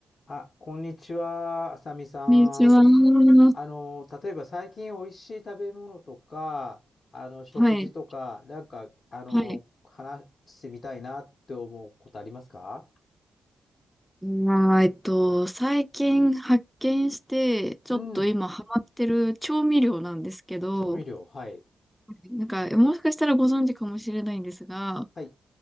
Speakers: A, on the left; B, in the centre.
A: あ、こんにちは、あさみさん。
B: こんにちは。
A: あの、例えば最近おいしい食べ物とか、あの、食事とか、
B: はい。
A: なんか、あの、
B: はい。
A: 話してみたいなって思うことありますか
B: まあ、えっと、最近発見して、ちょっと今ハマってる調味料なんですけど、
A: うん。調味料、はい。
B: なんか、もしかしたらご存知かもしれないんですが、
A: はい。